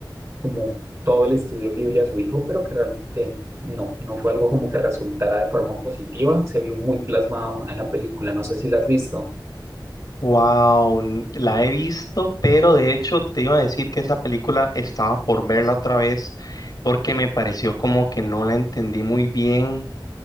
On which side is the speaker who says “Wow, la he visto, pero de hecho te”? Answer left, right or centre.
Left